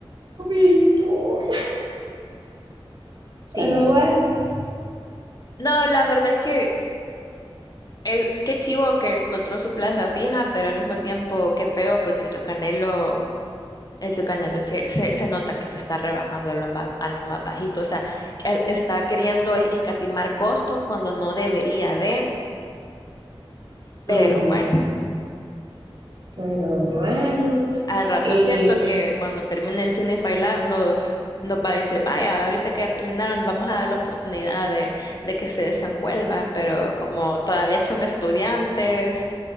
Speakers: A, on the right (about 55°); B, on the left (about 45°).
A: Víctor,
B: Sí.
A: pero bueno,
B: No, la verdad es que Es, qué chivo que encontró su plaza fija, pero al mismo tiempo qué feo porque el tío Canelo, el tío Canelo se, se, se nota que se está rebajando a lo más, a lo más bajito, o sea, que está queriendo es- escatimar costos cuando no debería de, pero
A: Ujú,
B: bueno,
A: pero bueno,
B: al rato
A: y
B: siento que cuando termine el Signify Lab nos, nos va a decir, vaya, ahorita que ya terminaron, vamos a dar la oportunidad de, de que se desenvuelvan, pero como todavía son estudiantes